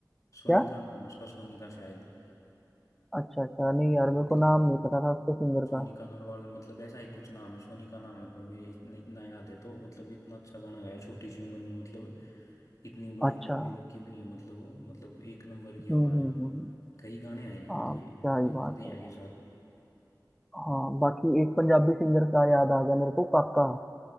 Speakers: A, in the centre; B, on the left.
A: क्या
B: सोनिका नाम है उसका सोनिका शायद
A: अच्छा अच्छा नहीं यार
B: तो
A: मेरे
B: मतलब
A: को नाम नहीं पता था उसके सिंगर
B: सोनिका
A: का
B: नरवाल मतलब ऐसा ही कुछ नाम है सोनिका नाम है पर मेरे इतना इतना याद है तो मतलब इतना अच्छा गाना गाया छोटी सी उम्र में मतलब इतनी बड़ी
A: अच्छा
B: उम्र की लड़की भी नहीं है मतलब वो मतलब एक नंबर की
A: हम्म
B: आवाज
A: हम्म
B: है
A: हम्म
B: उनकी
A: हम्म।
B: कई गाने आए हैं उनकी
A: हाँ क्या
B: प्रांजल
A: ही बात
B: दहिया
A: है यार
B: के साथ
A: हाँ बाकी एक पंजाबी सिंगर का याद आ गया मेरे को काका